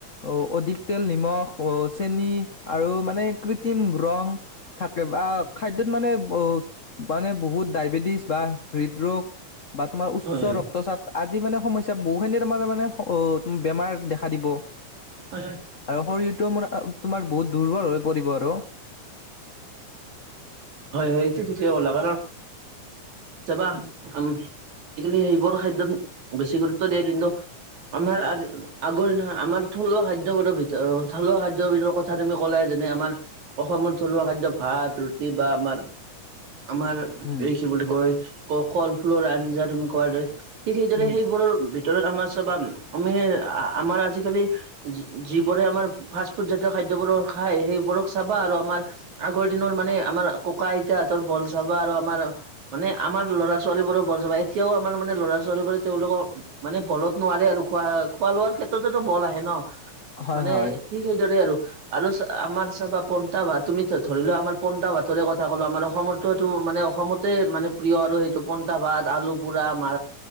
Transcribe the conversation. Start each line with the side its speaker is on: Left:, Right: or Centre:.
Left: অ অধিক তেল নিমখ, অ চেনি আৰু মানে কৃত্ৰিম ৰং থাকে বা খাদ্যত মানে ব মানে বহুত ডায়বেটিছ বা হৃদৰোগ বা তোমাৰ উচ্চ
Right: হয় হয়
Left: ৰক্তচাপ আদি মানে সমস্যা বহুখিনি তাৰমানে অ বেমাৰ দেখা দিব।
Right: হয় হয়
Left: আৰু শৰীৰটো মানে তোমাৰ বহুত দুৰ্বল হৈ পৰিব আৰু।
Right: হয় হয় এইটো ঠিকে কলা কাৰণ চাবা উম আজিকালি সেইবোৰ খাদ্যত বেছি গুৰুত্ব দিয়ে কিন্তু আমাৰ আজ আগৰ দিনা আমাৰ থলুৱা খাদ্যবোৰৰ ভিতৰত থলুৱা খাদ্যৰ বিতৰ্কত কথা তুমি ক'লাই যেনে আমাৰ অসমত থলুৱা খাদ্য ভাত, ৰু টি বা আমাৰ আমাৰ
Left: উম
Right: এই কি বুলি কয় ক কল ফুলৰ আঞ্জা তুমি কোৱাৰ দৰে ঠিক সেইদৰে
Left: উম
Right: সেইবোৰৰ ভিতৰত আমাৰ চাবা আমি আমাৰ আজিকালি যি যিবোৰে আমাৰ ফাষ্ট ফুড জাতীয় খাদ্যবোৰ খায় সেইবোৰক চাবা আৰু আমাৰ আগৰ দিনৰ মানে আমাৰ ককা- আইতাহঁতৰ বল চাবা আৰু আমাৰ মানে আমাৰ ল'ৰা-ছোৱালীবোৰৰ বল চাবা এতিয়াও আমাৰ মানে ল'ৰা-ছোৱালীবোৰে তেওঁলোকৰ মানে বলত নোৱাৰে আৰু খোৱা খোৱা লোৱাৰ ক্ষেত্ৰতো বল আহে ন
Left: হয়
Right: মানে
Left: হয়
Right: ঠিক সেইদৰে আৰু আৰু আমাৰ চাবা পন্টা বা তুমি ধৰি লোৱা আমাৰ- পণ্টা ভাতৰে কথা ক'লো আমাৰ অসমতো এইটো মানে অসমতে মানে প্ৰিয় আৰু সেইটো প- পন্তা ভাত আলু পোৰা মা